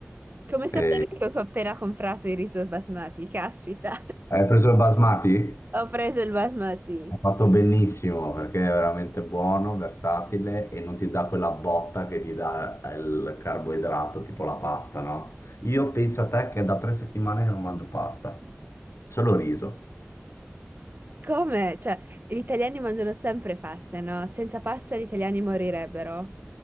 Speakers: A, on the right; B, on the left.
A: Come sapere
B: E...
A: che ho appena comprato il riso basmati, caspita,
B: Hai preso il basmati?
A: <laughs> ho preso il basmati.
B: Hai fatto benissimo perché è veramente buono, versatile e non ti dà quella botta che ti dà il carboidrato, tipo la pasta, no? Io penso a te che è da tre settimane che non mangio pasta, solo riso.
A: Come? Cioè, gli italiani mangiano sempre paste, no? Senza pasta gli italiani morirebbero.